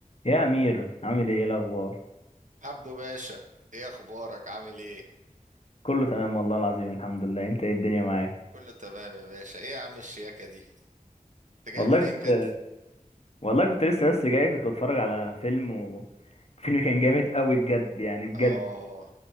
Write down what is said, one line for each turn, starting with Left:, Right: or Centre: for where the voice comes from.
Left: يا امير عامل ايه إيه الاخبار
Right: عبدو باشا ايه اخبارك عامل ايه
Left: كله تمام والله العظيم الحمد لله انت ايه الدنيا معاك
Right: كله تمام يا باشا ايه يا عم الشياكة دي انت
Left: والله
Right: جاي منين
Left: كنت
Right: كده
Left: والله كنت لسه بس جاي كنت بتفرج على فيلم وفيلم كان جامد قوي بجد يعني بجد
Right: اه